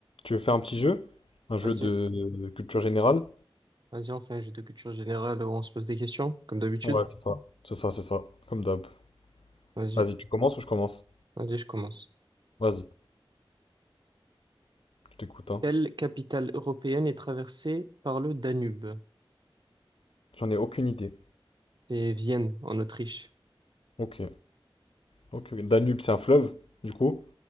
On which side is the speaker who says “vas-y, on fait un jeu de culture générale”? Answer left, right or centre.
Right